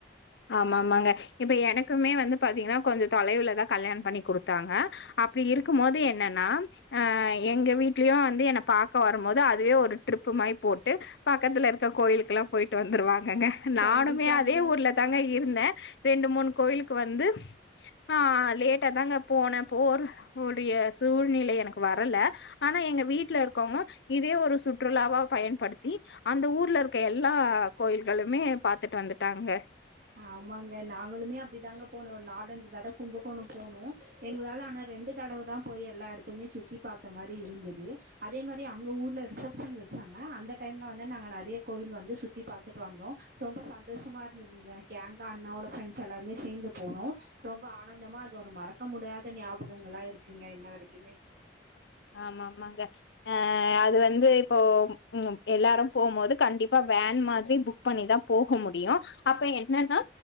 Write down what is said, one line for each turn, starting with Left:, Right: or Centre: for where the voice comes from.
Left: ஆமாமாங்க இப்ப எனக்குமே வந்து பாத்தீங்கன்னா கொஞ்சம் தொலைவுலதா கல்யாணம் பண்ணி கொடுத்தாங்க அப்டி இருக்கும் போது என்னன்னா அஹ் எங்க வீட்லயு வந்து என்ன பாக்க வரும் போது அதுவே ஒரு ட்ரிப்பு மாரி போட்டு பக்கத்துல இருக்க கோயிலுக்கெல்லாம் போயிட்டு வந்துருவாங்க <unintelligible> நானுமே
Right: கண்டிப்பாங்க
Left: அது அதே ஊர்ல தாங்க இருந்தேன் ரெண்டு மூணு கோயிலுக்கு வந்து ஆஹ் லேட்டா தாங்க போனே போர கூடிய சூழ்நிலை எனக்கு வரல ஆனா எங்க வீட்ல இருக்கவுங்க இதே ஒரு சுற்றுலாவா பயன்படுத்தி அந்த ஊர்ல இருக்க எல்லா கோயில்களுமே பாத்துட்டு வந்துடு தாங்க
Right: ஆமாங்க நாங்களுமே அப்டிதாங்க போனோம் ஒரு நாலஞ்சு தடவ கும்பகோணம் போனோம் எங்களால ஆனா ரெண்டு தடவை தான் போய் எல்லா இடத்துமே சுத்தி பாத்த மாரி இருந்தது அதே மாரி அங்க ஊர்ல ரிசப்ஷன் வச்சாங்க அந்த டைம்ல வந்து நாங்க நெறைய கோயில் வந்து சுத்தி பாத்துட்டு வந்தோம் ரொம்ப சந்தோஷமா இருந்ததுங்க கேங்கா அண்ணாவோட ஃப்ரெண்ட்ஸ் எல்லாருமே சேந்து போனோம் ரொம்ப ஆனந்தமா அது ஒரு மறக்க முடியாத ஞாபகங்களா இருக்குங்க இன்ன வரைக்குமே
Left: ஆமா ஆமாங்க ஆஹ் அது வந்து இப்போ எல்லாரும் போம்போது கண்டிப்பா வேன் மாதிரி புக் பண்ணிதான் போக முடியும் அப்ப என்னன்னா